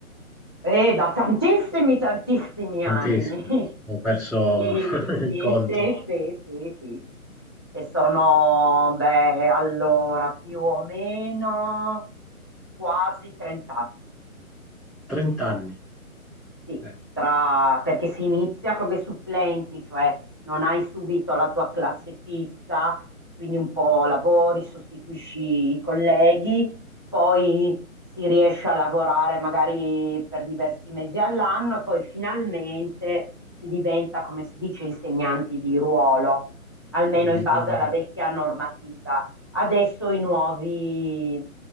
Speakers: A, on the left; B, in the centre.
A: Eh, da tantissimi, tantissimi
B: Tantissimo.
A: anni. <laughs>
B: Ho perso
A: Sì,
B: <laughs>
A: sì,
B: il conto.
A: sì, sì, sì, sì, sì. E sono, beh, allora, più o meno quasi 30 anni.
B: 30 anni.
A: Sì,
B: Eh,
A: tra- perché si inizia come supplenti, cioè non hai subito la tua classe fissa, quindi un po' lavori, sostituisci i colleghi, poi si riesce a lavorare magari per diversi mesi all'anno e poi finalmente si diventa, come si dice, insegnanti di ruolo, almeno in
B: bisogna...
A: base alla vecchia normativa. Adesso i nuovi,